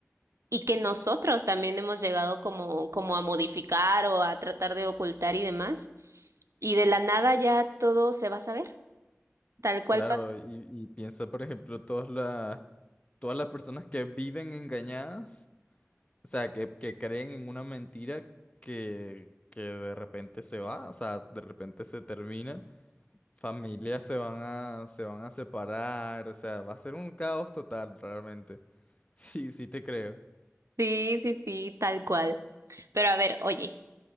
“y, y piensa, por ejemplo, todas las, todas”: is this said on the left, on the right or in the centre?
Left